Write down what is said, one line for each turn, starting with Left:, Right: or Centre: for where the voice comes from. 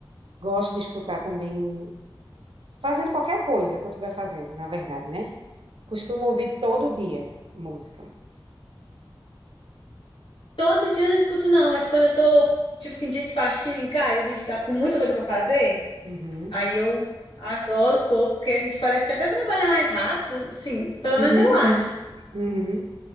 Right: Gosto de escutar também, fazendo qualquer coisa que eu estiver fazendo, na verdade, né? Costumo ouvir todo dia música.
Left: todo dia eu não escuto, não, mas quando eu tô, tipo assim, dia de faxina em casa, a gente tá com muita coisa pra fazer,
Right: Uhum.
Left: aí eu adoro pôr, porque a gente parece que até trabalha mais rápido, sim, pelo
Right: Uhum,
Left: menos eu
Right: uhum.
Left: acho.
Right: Uhum.